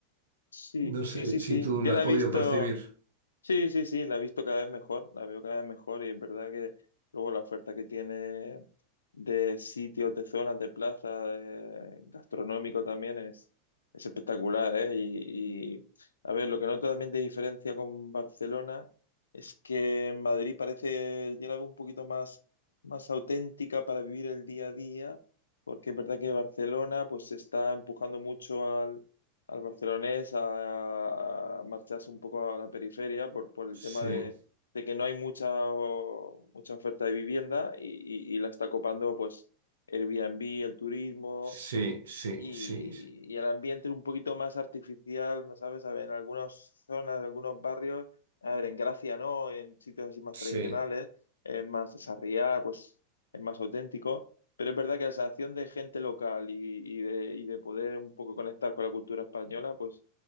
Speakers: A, on the left; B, on the right.
A: Sí,
B: No
A: sí,
B: sé
A: sí,
B: si
A: sí.
B: tú
A: Yo
B: lo
A: la
B: has podido
A: he visto,
B: percibir.
A: Sí, sí, sí, la he visto cada vez mejor, la veo cada vez mejor y es verdad que luego la oferta que tiene de sitios, de zonas, de plaza, eh, gastronómico también es, es espectacular, ¿eh? Y, y, a ver, lo que noto también de diferencia con Barcelona es que en Madrid parece ya la veo un poquito más, más auténtica para vivir el día a día, porque es verdad que Barcelona pues se está empujando mucho al barcelonés a, a marcharse un poco a la periferia por, por el
B: Sí,
A: tema de, de que no hay mucha, mucha oferta de vivienda y, y- y la está copando pues Airbnb, el turismo
B: sí, sí,
A: y,
B: sí,
A: y el ambiente un poquito más artificial, ¿no sabes? A ver, en algunas zonas, en algunos barrios, a ver, en Gracia no, en sitios así más
B: sí.
A: tradicionales, es más sarriá, pues es más auténtico, pero es verdad que la sensación de gente local y, y de, y de poder un poco conectar con la cultura española, pues